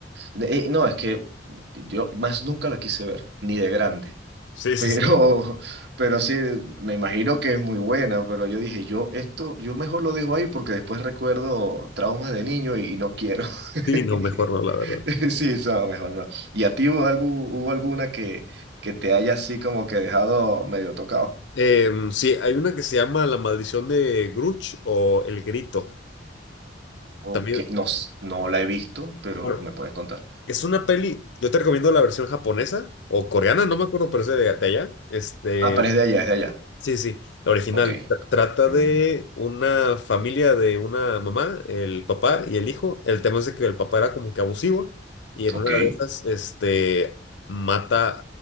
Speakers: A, on the right; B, on the left.
A: Eh, no, es que yo más nunca la quise ver, ni de grande. <laughs>
B: Sí, sí,
A: Pero,
B: sí.
A: pero sí, me imagino que es muy buena, pero yo dije, yo esto, yo mejor lo dejo ahí porque después recuerdo traumas de niño y, y no quiero. <laughs>
B: Sí, no, mejor no, la verdad.
A: Sí, no, mejor no. ¿Y a ti hubo, algu- hubo alguna que, que te haya así como que dejado medio tocado?
B: Em, sí, hay una que se llama La Maldición de Grudge o El Grito.
A: Ok,
B: También,
A: no, s- no la he visto, pero
B: bueno,
A: me puedes contar.
B: es una peli, yo te recomiendo la versión japonesa o coreana,
A: Ok.
B: no me acuerdo, pero es de, de allá. Este,
A: Ah, pero es de allá, es de allá.
B: Sí, sí, la original.
A: Ok.
B: Tra- Trata
A: Ujú.
B: de una familia de una mamá, el papá y el hijo. El tema es de que el papá era como que abusivo y en
A: Ok.
B: una de esas, este, mata